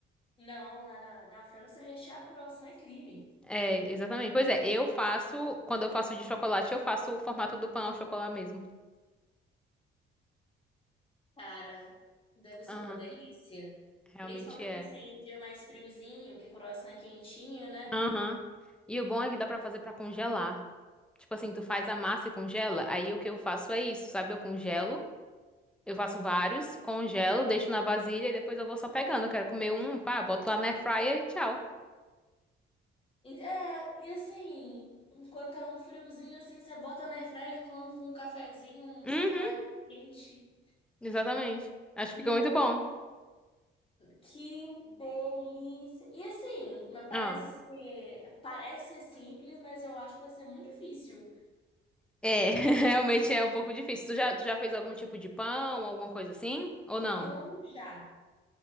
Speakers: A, on the left (about 25°); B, in the centre.
A: Não, lá na, na França rechear croissant é crime.
B: É, exatamente. Pois é, eu faço, quando eu faço de chocolate, eu faço o formato do pão ao chocolate mesmo.
A: Cara, deve ser
B: Aham,
A: uma delícia.
B: realmente
A: Principalmente
B: é.
A: assim, em dia mais friozinho, que croissant é quentinho, né?
B: Aham. E o bom é que dá pra fazer pra congelar. Tipo assim, tu faz a massa e congela, aí o que eu faço é isso, sabe? Eu congelo. Eu faço vários, congelo, deixo na vasilha e depois eu vou só pegando. Eu quero comer um, pá, boto lá na air fryer e tchau.
A: E- É, e assim, enquanto tá um friozinho assim, você bota na airfryer e come com um cafezinho, um
B: Uhum,
A: chocolate quente.
B: exatamente. Acho que
A: Não,
B: fica muito bom.
A: que delícia! E assim, mas parece
B: Ah,
A: ser, parece ser simples, mas eu acho que vai ser muito difícil.
B: é, <laughs> realmente é um pouco difícil. Tu já, tu já fez algum tipo de pão, alguma coisa assim? Ou não?
A: Pão já.